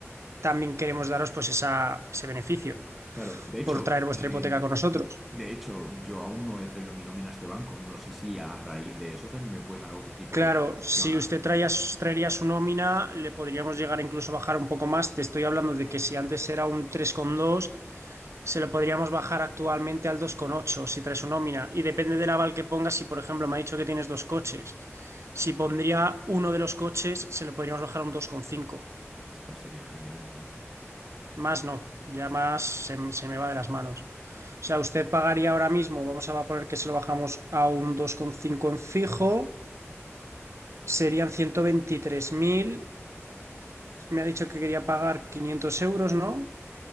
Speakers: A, on the right; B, in the centre.
A: también queremos daros pues esa, ese beneficio
B: Claro, de hecho,
A: por traer vuestra
B: eh,
A: hipoteca con nosotros.
B: de hecho, yo aún no he traído mi nómina a este banco. No sé si a raíz de eso también me puedes dar otro tipo
A: Claro,
B: de opción.
A: si
B: a-
A: usted traía, su- traería su nómina, le podríamos llegar incluso a bajar un poco más. Te estoy hablando de que si antes era un tres coma dos, se lo podríamos bajar actualmente al dos coma ocho si trae su nómina. Y depende del aval que pongas, si por ejemplo me ha dicho que tienes dos coches, si pondría uno de los coches, se lo podríamos bajar a un dos coma cinco.
B: Ostras, sería genial entonces.
A: Más no, ya más se, se me va de las manos. O sea, usted pagaría ahora mismo, vamos a poner que se lo bajamos a un dos coma cinco en fijo, serían 123.000. me ha dicho que quería pagar 500 euros, ¿no?